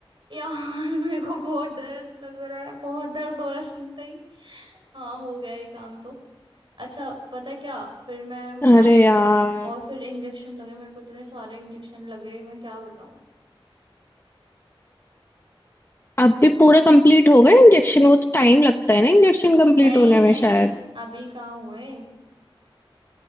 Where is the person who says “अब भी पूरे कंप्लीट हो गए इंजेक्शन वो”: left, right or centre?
Left